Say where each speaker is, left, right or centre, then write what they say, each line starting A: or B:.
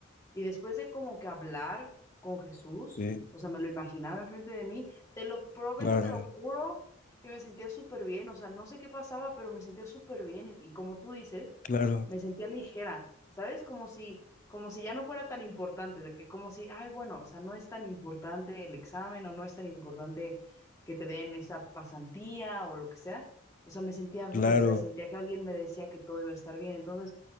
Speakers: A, on the left; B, on the left.
A: y después de como que hablar con Jesús,
B: Sí,
A: o sea, me lo imaginaba enfrente de mí, te lo prometo,
B: claro,
A: te lo juro, que me sentía súper bien, o sea, no sé qué pasaba, pero me sentía súper bien y, y como tú dices,
B: claro,
A: me sentía ligera, ¿sabes? Como si, como si ya no fuera tan importante, de que como si, ay, bueno, o sea, no es tan importante el examen o no es tan importante que te den esa pasantía o lo que sea. O sea, me sentía bien,
B: claro.
A: ¿sabes? Sentía que alguien me decía que todo iba a estar bien. Entonces,